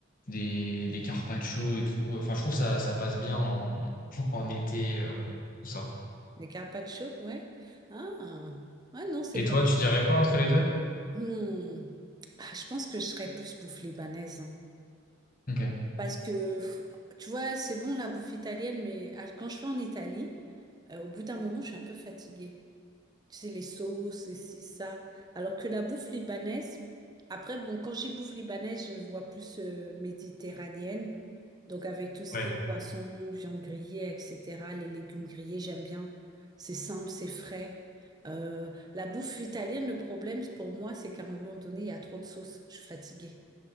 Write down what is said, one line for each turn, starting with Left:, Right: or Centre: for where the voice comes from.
Left: des, des carpaccio et tout, euh, enfin, je trouve ça, ça passe bien en, en été, euh, tout ça.
Right: Les carpaccio, ouais. Ah, ah non, c'est
Left: Et toi,
Right: pas.
Left: tu dirais quoi entre les deux?
Right: Hmm. Ah, je pense que je serais plus bouffe libanaise. hein.
Left: Ok.
Right: Parce que, pff, tu vois, c'est bon la bouffe italienne, mais à- quand je vais en Italie, euh, au bout d'un moment, je suis un peu fatiguée. Tu sais, les sauces et ci, ça. Alors que la bouffe libanaise, après, bon, quand j'y bouffe libanaise, je vois plus euh, méditerranéenne. Donc, avec tout ce
Left: Ouais.
Right: qui est poisson, viande grillée, etc., les légumes grillés, j'aime bien. C'est simple, c'est frais. Euh, la bouffe italienne, le problème pour moi, c'est qu'à un moment donné, il y a trop de sauce. Je suis fatiguée.